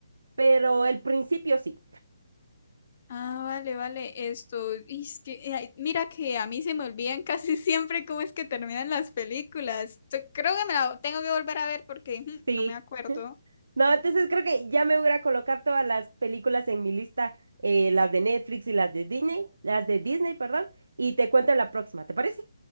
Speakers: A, on the right; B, on the left.
A: pero el principio sí.
B: Ah, vale, vale. Esto, y es que, eh, ay, mira que a mí se me olvidan <laughs> casi siempre cómo es que terminan las películas. Te- Creo que me la tengo que volver a ver porque ujú,
A: Sí,
B: no me acuerdo.
A: No, entonces creo que ya me voy a ir a colocar todas las películas en mi lista, eh, las de Netflix y las de Disney, las de Disney, perdón, y te cuento en la próxima, ¿te parece?